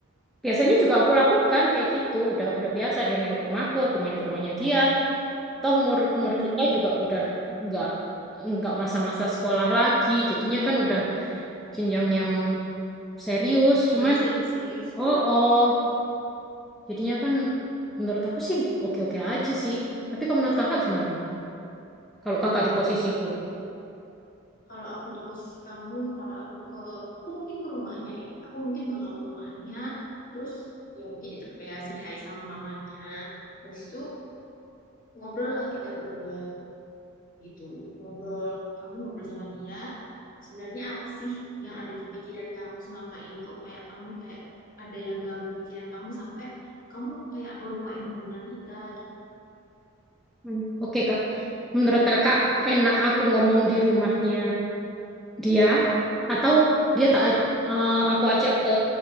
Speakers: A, in the centre; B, on the left.
A: biasanya juga aku lakukan kayak gitu. Udah udah biasa dia main ke rumahku, aku main ke rumahnya dia. Toh umur umur
B: hmm,
A: kita juga udah nggak nggak masa-masa sekolah lagi. Jadinya kan udah jenjang yang serius. Cuman
B: harus lebih serius
A: oh
B: ya.
A: oh, jadinya kan menurut aku sih oke-oke aja sih. Tapi kalau menurut kakak gimana? Kalau kakak di posisiku,
B: Kalau aku di posisi kamu, kalau aku ke, aku mungkin ke rumahnya ya. Aku mungkin bakal ke rumahnya, terus ya mungkin itu kayak si Hai sama mamanya. Habis itu ngobrol lah kita berdua. gitu ngobrol kamu ngobrol sama dia sebenarnya apa sih yang ada di pikiran kamu selama ini kok kayak kamu kayak ada yang ganggu pikiran kamu sampai kamu kayak ngelupain hubungan kita gitu
A: Hmm. oke kak. Menurut
B: Ya,
A: kakak, enak aku ngomong di rumahnya dia atau dia tak aj- eh, aku ajak ke